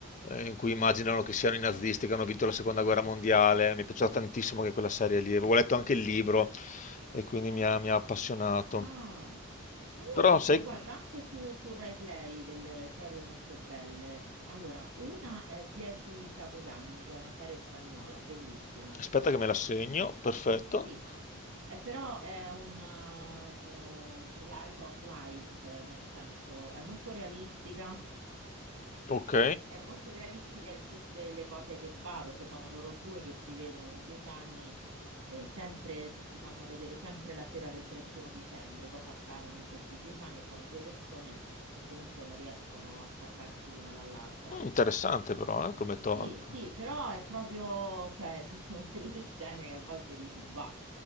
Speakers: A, on the left; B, on the right.
A: eh, in cui immaginano che siano i nazisti che hanno vinto la seconda guerra mondiale. Mi è piaciuta tantissimo anche quella serie lì. Avevo letto anche il libro e quindi mi ha, mi ha appassionato.
B: Ah, ma io
A: Però
B: ho visto,
A: sai,
B: guarda, anche su, su Rai Play delle serie molto belle. Allora, una è Dieci Capodanni, che è una serie spagnola, bellissima.
A: Aspetta che me la segno, perfetto.
B: Sì, Eh, però è una eh, slice of life, eh, nel senso è molto realistica,
A: Ok,
B: è molto realistica in tutte le cose che fa, perché sono loro due che si vedono in dieci anni, eh, sempre, ti fanno vedere sempre la sera del 31 dicembre, cosa accadono in questi dieci anni, e sono due persone che comunque non riescono a staccarsi l'una dall'altra.
A: Mm, interessante però, eh, come
B: Sì,
A: talk.
B: sì, però è proprio, cioè, ci sono <laughs> delle scene che a volte dici, bah,